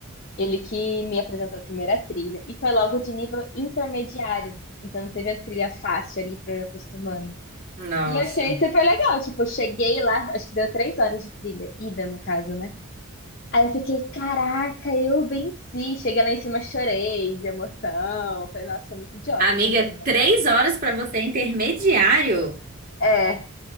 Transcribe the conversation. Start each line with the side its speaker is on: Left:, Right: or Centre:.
Left: Ele que me apresentou a primeira trilha e foi logo de nível intermediário. Então, não teve a trilha fácil ali pra eu ir acostumando.
Right: Nossa.
Left: E eu achei super legal. Tipo, eu cheguei lá, acho que deu três horas de trilha, ida no caso, né? Aí eu fiquei, caraca, eu venci. Cheguei lá em cima, chorei de emoção. Falei, nossa, sou muito idiota
Right: Amiga,
Left: também, né?
Right: três horas pra você é intermediário.
Left: É.